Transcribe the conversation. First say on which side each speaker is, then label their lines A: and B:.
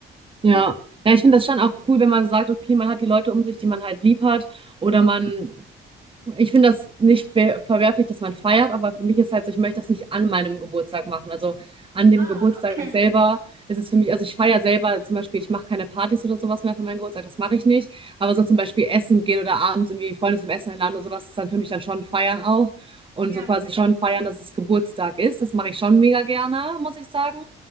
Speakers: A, on the right; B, on the right.
A: Ja. Ja, ich finde das schon auch cool, wenn man sagt, okay, man hat die Leute um sich, die man halt lieb hat, oder man Ich finde das nicht be- verwerflich, dass man feiert, aber für mich ist halt so, ich möchte das nicht an meinem Geburtstag machen. Also an dem
B: Ah,
A: Geburtstag
B: okay.
A: selber ist es für mich, also ich feiere selber zum Beispiel, ich mache keine Partys oder sowas mehr für meinen Geburtstag, das mache ich nicht. Aber so zum Beispiel essen gehen oder abends irgendwie Freunde zum Essen einladen oder sowas, ist dann für mich dann schon feiern auch. Und
B: Ja,
A: so quasi schon feiern, dass es Geburtstag ist. Das mache ich schon mega gerne, muss ich sagen.